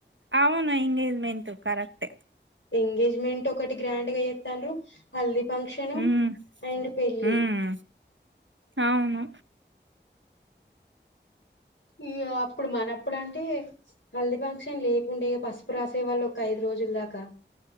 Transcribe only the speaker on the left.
ఎంగేజ్మెంట్ ఒకటి గ్రాండ్గా చేత్తండ్రూ హల్దీ ఫంక్షన్
అండ్ పెళ్ళి.
ఈ అప్పుడు మనప్పుడు అంటే హల్ది ఫంక్షన్ లేకుండే ఇక పసుపు రాసే వాళ్ళు ఒక ఐదు రోజులు దాకా